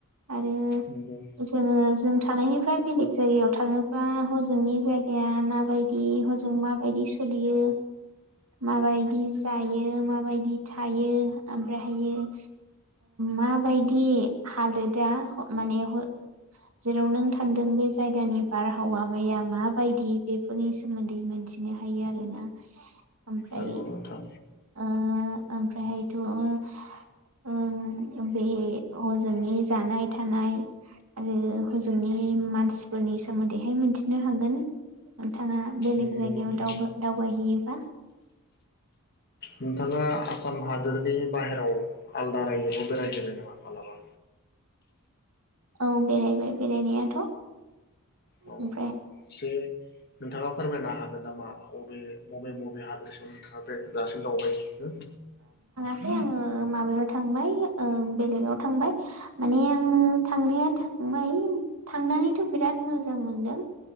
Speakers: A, on the right; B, on the left.
A: आरो
B: नंगौ
A: जोङो जों थानायनिफ्राय बेलेक जायगायाव थाङोबा हजोंनि जाय गाया माबायदि हजों माबायदि सोलियो माबायदि जायो। माबायदि थायो ओमफ्रायहायो माबायदि हालोदा माने जेराव नों थांदों बे जायगानि बारहावा माया माबायदि बेफोरनि सोमोन्दै मोनथिनो हायो आरोना । ओमफ्राय
B: नंगौ नोंथां
A: ओ ओमफ्रायहायथ' ओ बे हजोंनि जानाय थानाय आरो हजोंनि मानसिफोरनि सोमोन्दैहाय मिथिनो हागोन। नोंथाङा बेलेग
B: नंगौ
A: जायगायाव
B: नोंथां
A: दावबाय-दावबायहैयोबा ।
B: नोंथाङा आसाम हादोरनि बाहेराव आलदा रायजोखौ बेरायहोबाय नामा मालाबा?
A: औ बेरायबाय बेरायनायाथ' ।
B: औ एसे नोंथाङा फोरमायनो हागोन नामा? अबे मबे मबे हादरसायाव माबे दासिम दावबाय हैखो?
A: फ्राय आङो माबायाव थांबाय। बेलेगाव थांबाय माने आं थांनाया थांबाय थांनानैथ' बिराद मोजां मोनदों।